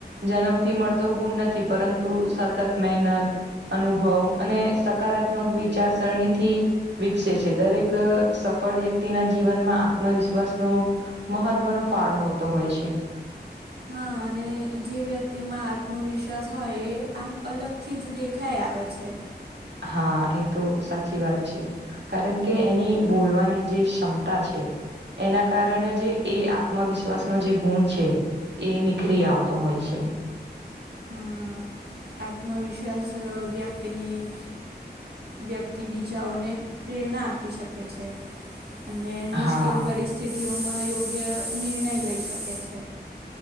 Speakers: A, on the right; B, on the right.
A: જન્મથી મળતો ગુણ નથી પરંતુ સતત મહેનત અનુભવ અને સકારાત્મક વિચારસારીથી વિકસે છે દરેક સફળ વ્યક્તિના જીવનમાં આત્મવિશ્વાસનો મહત્વનો ફાળો હોતો હોય છે
B: હા અને જે વ્યક્તિમાં આત્મવિશ્વાસ હોય એ આમ અલગથી જ દેખાય આવે છે
A: હા એ તો સાચી વાત છે કારણ કે એની બોલવાની જે ક્ષમતા છે એના કારણે જે એ આત્મવિશ્વાસનો જે ગુણ છે એ નીખરી આવતો હોય છે
B: હા આત્મવિશ્વાસ વ્યક્તિની વ્યક્તિ બીજાઓને પ્રેરણા આપી શકે છે અને મુશ્કેલ
A: હા
B: પરિસ્થિતિઓમાં યોગ્ય નિર્ણય લઈ શકે છે